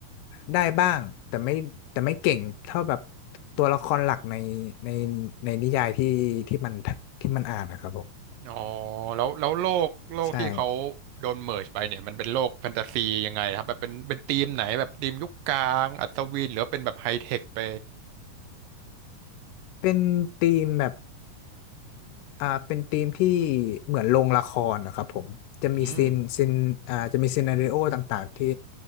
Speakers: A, on the left; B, on the right.
A: ได้บ้างแต่ไม่แต่ไม่เก่งเท่าแบบตัวละครหลักในในในนิยายที่ที่มันที่มันอ่านนะครับผม
B: อ๋อแล้วแล้วโลกโลกที่เขา
A: ใช่
B: โดนเมิร์จไปเนี่ยมันเป็นโลกแฟนตาซียังไงครับแบบเป็นเป็นธีมไหนแบบธีมยุคกลางอัศวินหรือว่าเป็นแบบไฮเทคไป
A: เป็นธีมแบบ อ่าเป็นธีมที่เหมือนโรงละครนะครับผมจะมีซีนซีนอ่าจะมีซีนาริโอต่างๆที่
B: อืม